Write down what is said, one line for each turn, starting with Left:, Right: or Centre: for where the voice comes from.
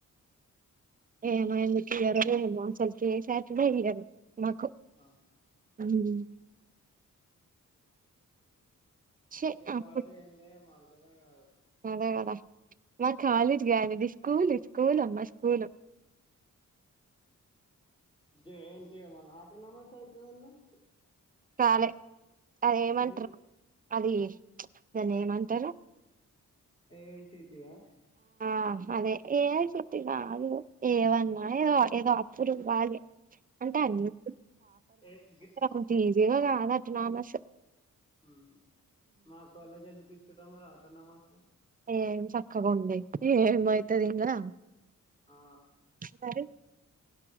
Right: ఏమో ఎందుకొయ్యరో ఏమో, అసల్ కి ఏ సాటర్డే ఇయ్యరు మాకు.
Left: ఆ
Right: హ్మ్ ఛీ
Left: మీ
Right: అప్పుడు
Left: కాలేజ్ ఏంది ఏమో అర్థమే కాదు.
Right: అదే కదా, మా కాలేజ్ కాదు అండి స్కూలు, స్కూల్ అమ్మ school.
Left: J N T U మళ్ళ ఆటనమస్ అయితదన్నావ్.
Right: కాలే అది ఏమంటారు,
Left: ఎందుకు
Right: అది దాన్ని ఏమంటారు.
Left: ఏ ఐ సీ టీ యా
Right: ఆ అదే ఏ ఐ సి టి కాదు, ఏవన్న ఏదో, ఏదో అప్రూవ్ కాలే. అంటే అన్ని <unintelligible>
Left: ఏ గే-
Right: అంత ఈజీగా కాదు అట్నామస్.
Left: ఉమ్, మా కాలేజ్ ఎందుకు ఇచ్చిన్రోమారీ అటానమస్.
Right: ఏం చక్కగా ఉంది, ఏమి అవుతది ఇంగా.
Left: ఆ
Right: మరి